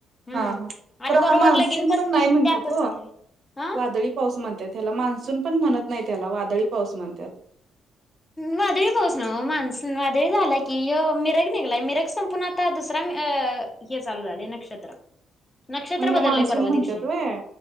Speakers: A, on the left; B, on the right.
A: हम्म
B: हा हां
A: आणि
B: खर
A: बरोबर
B: हा मान्सून
A: लगीन
B: पण नाही म्हणतात
A: त्यातच
B: हो
A: आलय हा
B: वादळी पाऊस म्हणतात ह्याला मान्सून पण म्हणत नाहीत त्याला वादळी पाऊस म्हणतात.
A: वादळी पाऊस नव्ह मानसून वादळी झाला की मिरग निघलाय मिरग संपूण ता दुसरा अ हे चालू झालय नक्षत्र नक्षत्र
B: मग ह्याला
A: बदललेय
B: मान्सून
A: परवा
B: म्हणतात
A: दिवशी
B: व्हय